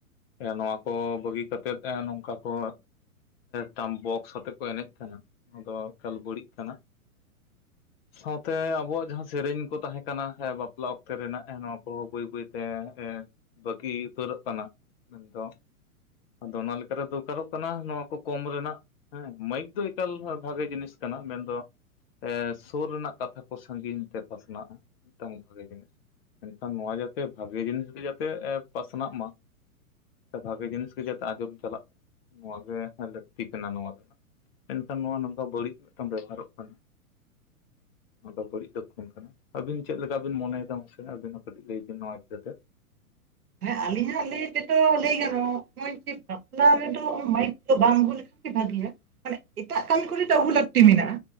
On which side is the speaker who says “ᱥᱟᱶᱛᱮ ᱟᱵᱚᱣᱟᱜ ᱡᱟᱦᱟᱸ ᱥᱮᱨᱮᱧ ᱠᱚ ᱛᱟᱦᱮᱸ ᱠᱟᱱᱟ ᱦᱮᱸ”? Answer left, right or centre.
Left